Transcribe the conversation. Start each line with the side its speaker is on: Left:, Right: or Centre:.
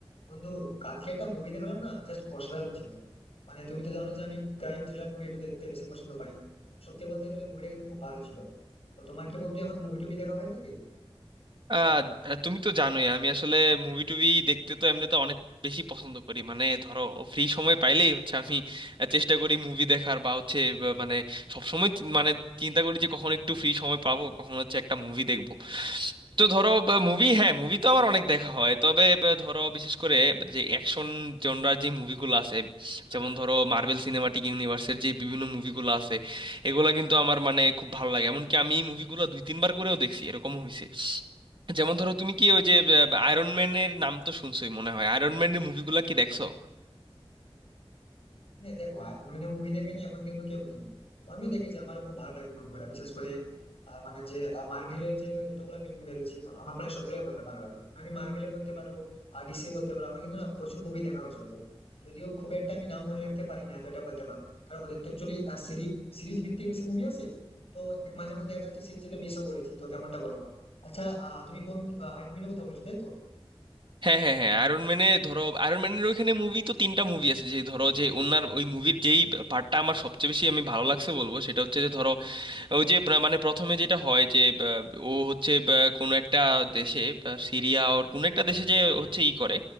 Left: বন্ধু কালকে একটা মুভি দেখলাম না জাস্ট অসাধারণ ছিল মানে তুমি তো জানো যে আমি ক্রাইম থ্রিলার মুভি একটু দেখতে বেশি পছন্দ পাই সত্যি বলতে গেলে মুভিটা কিন্তু খুব ভালো ছিল তো তোমার কি বন্ধু এখন মুভি টুভি দেখা হয়ে থাকে
Right: আহ তুমি তো জানোই আমি আসলে মুভি টুভি দেখতে তো এমনিতে অনেক বেশি পছন্দ করি মানে ধরো ফ্রি সময় পাইলেই হচ্ছে আমি চেষ্টা করি মুভি দেখার বা হচ্ছে ব- মানে সবসময় চি- মানে চিন্তা করি যে কখন একটু ফ্রি সময় পাবো কখন হচ্ছে একটা মুভি দেখবো তো ধরো মুভি হ্যাঁ মুভি তো আমার অনেক দেখা হয় তবে ব- ধরো বিশেষ করে যে অ্যাকশন জনরার যে মুভিগুলো আছে যেমন ধরো মার্বেল সিনেমাটিক ইউনিভার্সের যে বিভিন্ন মুভিগুলো আছে এগুলো কিন্তু আমার মানে খুব ভালো লাগে এমনকি আমি এই মুভিগুলো দুই তিনবার করেও দেখছি এরকম হয়েছে যেমন ধরো তুমি কি ওই যে আয়রন ম্যানের নাম তো শুনছোই মনে হয় আয়রন ম্যানের মুভিগুলো কি দেখছো
Left: হ্যাঁ দেখো অ্যানিমে মুভি দেখেনি এমন কিন্তু কেউ নেই তো আমিও দেখেছি আমারও খুব ভালো লাগে মুভিগুলো বিশেষ করে আহ, মানে যে মার্ভেলের যে যতগুলো ফিল্ম বেরোচ্ছে আমার প্রায় সবগুলোই ভালো ভালো লাগে মানে আমি মার্ভেলে বলতে পারো আর ডিসি বলতে পারো আমার কিন্তু না প্রচুর মুভি দেখা হয়েছে ওদের যদিও খুব একটা আমি নাম মনে রাখতে পারি না তো এটা বলতে পারো কারণ ওদের তো অ্যাকচুয়ালি সিরিজ সিরিজ ভিত্তিক বেশি মুভি আছে তো এক মাঝে মধ্যে একটা একটা সিরিজ যদি মিসও করেছি তো তেমনটা বলবো না আচ্ছা আহ তুমি কোন আইনম্যানের কথা বলছো তাই তো
Right: হ্যাঁ হ্যাঁ হ্যাঁ আয়রন ম্যানে ধরো আয়রন ম্যানের ওইখানে মুভি তো তিনটা মুভি আছে যে ধরো যে ওনার ওই মুভির যেই পার্টটা আমার সবচেয়ে বেশি আমি ভালো লাগছে বলবো সেটা হচ্ছে যে ধরো ওই যে প্রা- মানে প্রথমে যেটা হয় যে বা, ও হচ্ছে বা, কোনো একটা দেশে বা, সিরিয়া ওর কোনো একটা দেশে যে হচ্ছে ই করে